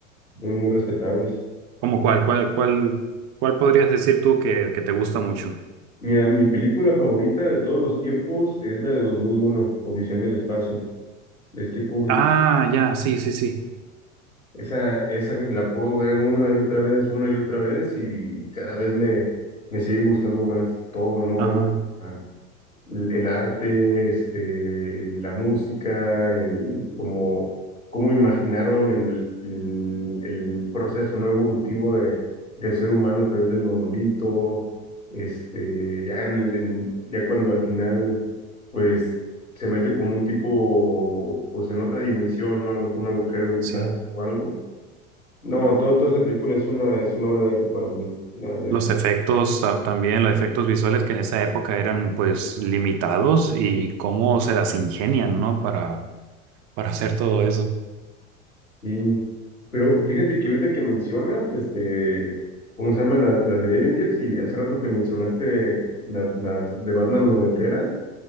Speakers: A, on the left (about 85°); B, on the right (about 40°).
A: muy, muy rescatables.
B: ¿Cómo cuál, cuál, cuál, cuál podrías decir tú que, que te gusta mucho?
A: Mira, mi película favorita de todos los tiempos es la de 2001, Odisea en el espacio, de este Kubrick.
B: Ah, ya, sí, sí, sí,
A: Esa, esa la puedo ver una y otra vez, una y otra vez, y cada vez me, me sigue gustando más todo, ¿no?
B: ajá.
A: El, ah, el- el arte, este, el- la música, el cómo, cómo imaginaron el, el, el proceso no evolutivo de, del ser humano a través del monolito, este, ya en, el- en- ya cuando al final, pues, se mete como un tipo, pues en otra dimensión, ¿no? A lo mejor un agujero de gusano
B: Sí,
A: o algo no, todo, toda esa película es una, es una obra de arte para mí. La, la-
B: los efectos ta- también, los efectos visuales que en esa época eran pues limitados y cómo se las ingenian, ¿no? Para, para hacer todo eso.
A: y- pero fíjate que ahorita que mencionas, este, ¿cómo se llama? La- Las de Avengers y hace rato que mencionaste la- las de Batman noventeras